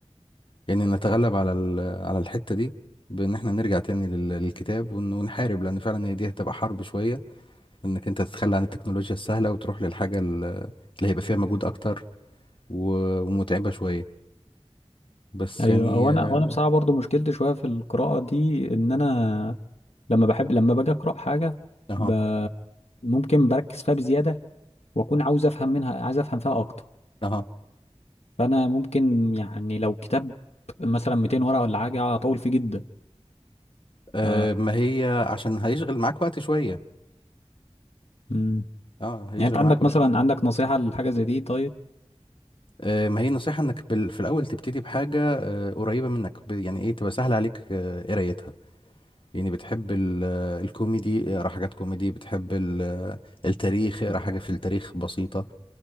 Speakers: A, on the left; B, on the left.
A: يعني نتغلب على ال- على الحتة دي بان احنا نرجع تاني لل- للكتاب ون- ونحارب لان فعلا هي دي هتبقى حرب شوية انك انت تتخلى عن التكنولوجيا السهلة وتروح للحاجة ال- اللي هيبقى فيها مجهود اكتر و- ومتعبة شوية بس
B: أيوة
A: يعني
B: هو
A: آه،
B: أنا وأنا بصراحة برضو مشكلتي شوية في القراءة دي إن أنا لما بحب لما باجي أقرأ حاجة
A: اها
B: ب... ممكن بركز فيها بزيادة وأكون عاوز أفهم منها عايز أفهم فيها أكتر
A: اها
B: فأنا ممكن يعني لو كتاب مثلا 200 ورقة ولا حاجة أطول فيه جدا
A: آه،
B: ف...
A: ما هي عشان هيشغل معاك وقت شوية
B: مم.
A: اه هيشغل
B: يعني أنت عندك
A: معاك وقت
B: مثلا
A: شوية
B: عندك نصيحة لحاجة زي دي طيب
A: آه، ما هي النصيحة انك بال- في الاول تبتدي بحاجة آه، قريبة منك ب- يعني ايه تبقى سهل عليك آه، قرايتها يعني بتحب ال- آه، الكوميدي اقرا حاجات كوميدي بتحب ال- آه، التاريخ اقرا حاجة في التاريخ بسيطة